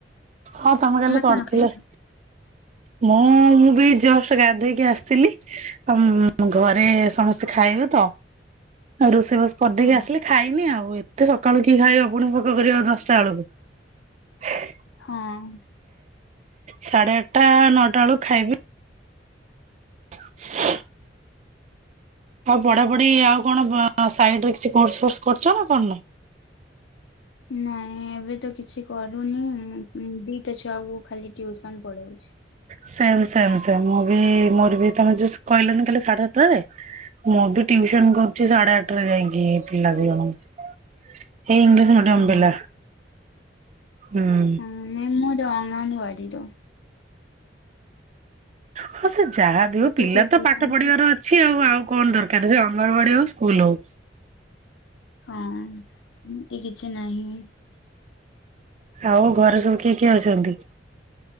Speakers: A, on the right; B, on the left.
A: ହଁ ତମେ କାଲି କରିଥିଲ।
B: କଣ ଖାଇଛ?
A: ମୁଁ ମୁଁ ବି ଜଷ୍ଟ ଗାଧେଇକି ଆସିଥିଲି। ଆ ଘରେ ସମସ୍ତେ ଖାଇବେ ତ ରୋଷେଇ ବାଷ କରିଦେଇକି
B: ହଁ
A: ଆସିଲି। ଖାଇନି ଆଉ ଏତେ ସକାଳୁ କି ଖାଇବ ପୁଣି ଫୋକ କରିବ ଦଶଟା ବେଳକୁ।
B: ହଁ।
A: ସାଢେ ଆଠଟା ନଅଟା ବେଳକୁ ଖାଇବି। <unintelligible> <inaudible> ଆଉ ପଢା ପଢି ଆଉ କଣ ସାଇଡରେ କିଛି କୋର୍ସ ଫୋର୍ସ କରଛ ନା କରି ନ?
B: ନାଇଁ ଏବେ ତ କିଛି କରୁନି ଦିଟା ଛୁଆକୁୁ ଖାଲି ଟ୍ୟୁସନ ପଢଉଛି।
A: ସେମ ସେମ ସେମ ମୁଁ ବି ମୋର ବି ତମେ ଯୋଉ କହିଲନି କାଲି ସାଢେ ସାତ ଠାରେ ମୁଁ ବି ଟିଉସନ କରୁଛି ସାଢେ ଆଠରେ ଯାଇକି ପିଲା ଦି ଜଣଙ୍କୁ। ଏଇ ଇଂଲିଶ ମିଡିୟମ
B: ହଁ
A: ପିଲା ହୁଁ।
B: ନୁହେଁ ମୋର ଅଙ୍ଗନବାଡ଼ିର।
A: ହଁ ସେ ଯାହାବି
B: ଛୋଟ
A: ହଉ ପିଲା
B: ଛୋଟ
A: ତ
B: ଅଛନ୍ତି।
A: ପାଠ ପଢିବାର ଅ କିଛି ଆଉ ଆଉ କଣ ଦରକାର ଯେ ଅଙ୍ଗନବାାଡି ହଉ ସ୍କୁଲ ହଉ।
B: ହଁ ସେମିତି କିଛି ନାହିଁ।
A: ଆଉ ଘରେ ସବୁ କିଏ କିଏ ଅଛନ୍ତି?